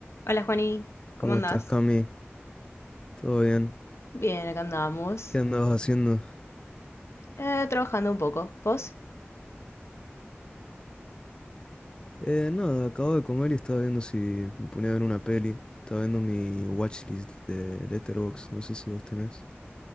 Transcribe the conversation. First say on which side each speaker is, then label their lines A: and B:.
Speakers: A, on the left; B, on the left.
A: Hola Juani,
B: ¿Cómo
A: ¿cómo andás?
B: estás, Cami? ¿Todo bien?
A: Bien, acá andamos.
B: ¿Qué andabas haciendo?
A: Eh, trabajando un poco. ¿Vos?
B: Eh, nada, acabo de comer y estaba viendo si me ponía a ver una peli. Estaba viendo mi watchlist de Letterboxd, no sé si vos tenés.